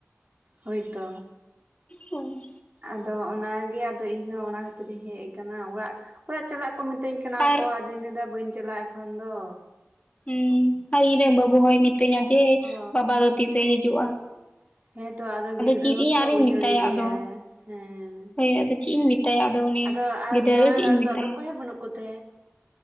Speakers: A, on the right; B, on the left.
A: ᱦᱳᱭᱛᱚᱼᱼ
B: ᱚ
A: ᱟᱫᱚ ᱚᱱᱟ ᱜᱮ ᱟᱫᱚ ᱤᱧᱦᱚᱸ ᱚᱱᱟ ᱠᱷᱟᱹᱛᱤᱨ ᱤᱧ ᱦᱮᱡ ᱟᱠᱟᱱᱟ ᱚᱲᱟᱜ ᱚᱲᱟᱜ ᱪᱟᱞᱟᱜ ᱠᱚᱼᱼ ᱢᱤᱛᱟᱧ ᱠᱟᱱᱟ
B: ᱟᱨ
A: ᱠᱚ ᱟᱫᱚᱧ ᱞᱟᱹᱭ ᱮᱫᱟ ᱵᱟᱹᱧ ᱪᱟᱞᱟᱜᱼᱟ ᱮᱠᱷᱚᱱ ᱫᱚᱼᱼ
B: ᱦᱩᱸ ᱟᱨ ᱤᱧ ᱨᱮᱱ ᱵᱟᱹᱵᱩ ᱦᱚᱭ ᱢᱤᱛᱟᱹᱧᱟ ᱡᱮ
A: ᱚ
B: ᱵᱟᱵᱟ ᱫᱚ ᱛᱤᱥᱮ ᱦᱤᱡᱩᱜᱼᱟ
A: <unintelligible> ᱦᱮᱸᱛᱚ ᱟᱫᱚ ᱜᱤᱫᱽᱨᱟᱹ
B: ᱪᱮᱫ
A: ᱦᱚᱲ
B: ᱤᱧ
A: ᱛᱚ
B: ᱟᱨᱤᱧ
A: ᱩᱭᱦᱟᱹᱨᱮ
B: ᱢᱮᱛᱟᱭᱟ
A: ᱜᱮᱭᱟᱭ
B: ᱟᱫᱚ
A: ᱦᱮᱸᱼᱼ
B: ᱦᱳᱭ ᱟᱫᱚ ᱪᱮᱫ ᱤᱧ ᱢᱮᱛᱟᱭᱟ ᱩᱱᱤ
A: ᱟᱫᱚ ᱟᱨ
B: ᱜᱤᱫᱽᱨᱟᱹ
A: ᱡᱟᱶᱟᱭ
B: ᱪᱮᱫ
A: ᱚᱲᱟᱜ
B: ᱤᱧ
A: ᱨᱮ ᱫᱚ
B: ᱢᱮᱛᱟᱭᱟ
A: ᱟᱫᱚ ᱚᱠᱚᱭ ᱦᱚᱸ ᱵᱟᱹᱱᱩᱜ ᱠᱚ ᱛᱮᱼᱼ